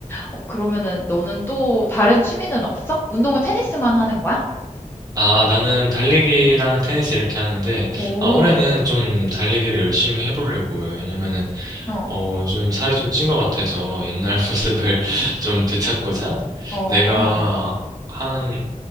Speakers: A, on the left (about 15°); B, on the right (about 25°).
A: 어, 그러면은 너는 또 다른 취미는 없어? 운동은 테니스만 하는 거야?
B: 아, 나는 달리기랑 테니스 이렇게 하는데,
A: 오,
B: 아, 올해는 좀 달리기를 열심히 해보려고. 요 왜냐면은
A: 어,
B: 어, 요즘 살이 좀 찐 것 같아서 옛날
A: 어,
B: <laughs> 모습을 좀 되찾고자
A: 어.
B: 내가 한,